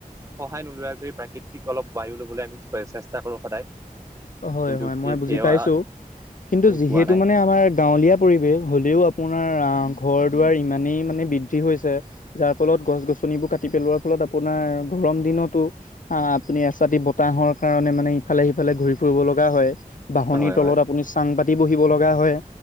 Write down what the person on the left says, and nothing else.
হয়,
হয়,
মই বুজি
পাইছো কিন্তু
যিহেতু
মানে আমাৰ গাঁৱলীয়া পৰিৱেশ হ'লেও আপোনাৰ আহ ঘৰ দুৱাৰ ইমানেই মানে বৃদ্ধি হৈছে যাৰ ফলত গছ গছনিবোৰ কাটি পেলোৱাৰ ফলত আপোনাৰ গৰম দিনতো অহ, আপুনি এচাি বতাহৰ কাৰণে মানে ইফালে সিফালে ঘূৰি ফ ফুৰিব লগা হয়, বাহনিৰ
তলত
আপুনি চাং পাতি বহিব লগা হয়